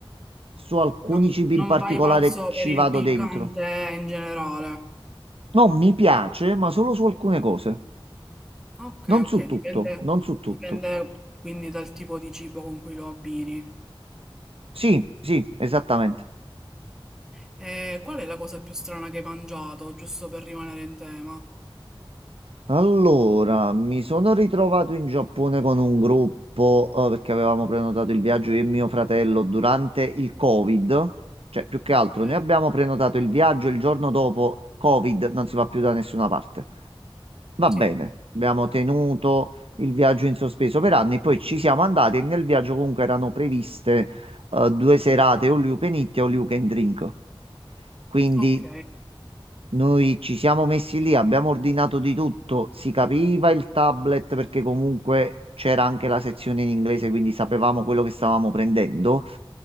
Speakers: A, on the right (about 85°); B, in the centre.
A: su alcuni
B: non,
A: cibi
B: non
A: in particolare
B: vai pazzo
A: ci
B: per il
A: vado
B: piccante
A: dentro.
B: in generale.
A: No, mi piace, ma solo su alcune cose,
B: Okay,
A: non
B: okay,
A: su tutto,
B: dipende,
A: non su tutto.
B: dipende quindi dal tipo di cibo con cui lo abbini.
A: Sì, sì, esattamente.
B: E qual è la cosa più strana che hai mangiato, giusto per rimanere in tema?
A: Allora, mi sono ritrovato in Giappone con un gruppo, eh, perché avevamo prenotato il viaggio io e mio fratello durante il Covid. Cioè, più che
B: Ok,
A: altro, noi abbiamo prenotato il viaggio e il giorno dopo Covid, non si va più da nessuna parte. Va
B: sì,
A: bene, abbiamo tenuto il viaggio in sospeso per anni, poi ci siamo andati e nel viaggio comunque erano previste, eh, due serate all you can eat e all you can drink. Quindi
B: ok,
A: Noi ci siamo messi lì, abbiamo ordinato di tutto, si capiva il tablet perché comunque c'era anche la sezione in inglese, quindi sapevamo quello che stavamo prendendo.